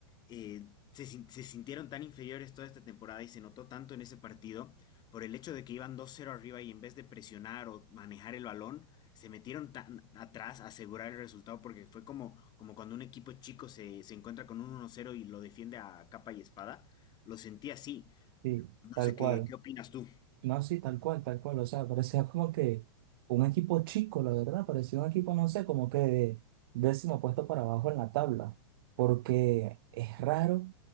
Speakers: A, on the left; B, on the right.
A: eh, se, sin- se sintieron tan inferiores toda esta temporada y se notó tanto en ese partido por el hecho de que iban dos cero arriba y en vez de presionar o manejar el balón, se metieron tan atrás a asegurar el resultado porque fue como, como cuando un equipo chico se, se encuentra con un uno cero y lo defiende a capa y espada. Lo sentí así.
B: Sí,
A: No
B: tal
A: sé qué,
B: cual.
A: qué opinas tú.
B: No, sí, tal cual, tal cual. O sea, parecía como que un equipo chico, la verdad. Parecía un equipo, no sé, como que de décimo puesto para abajo en la tabla. Porque es raro